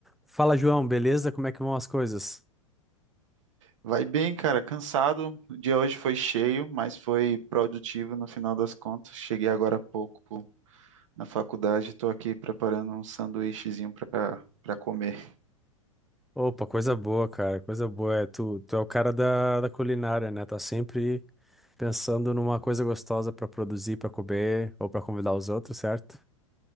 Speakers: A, in the centre; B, on the right.
A: Fala, João, beleza? Como é que vão as coisas?
B: Vai bem, cara, cansado. O dia hoje foi cheio, mas foi produtivo no final das contas. Cheguei agora há pouco na faculdade, estou aqui preparando um sanduíchezinho para para comer.
A: Opa, coisa boa, cara, coisa boa. É, tu, tu é o cara da, da culinária, né? Tá sempre pensando numa coisa gostosa pra produzir, pra comer ou pra convidar os outros, certo?